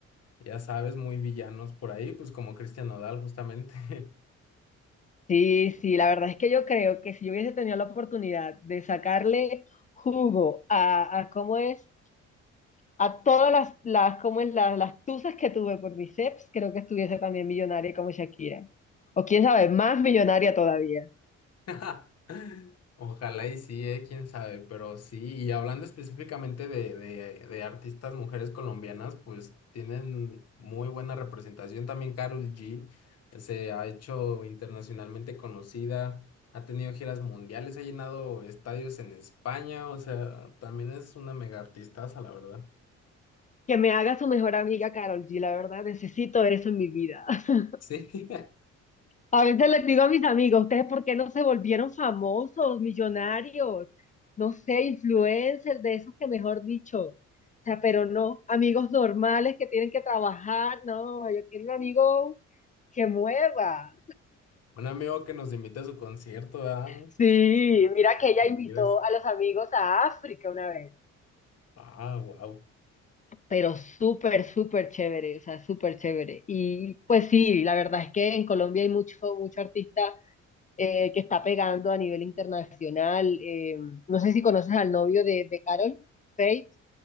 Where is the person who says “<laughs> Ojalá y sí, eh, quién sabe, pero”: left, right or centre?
Left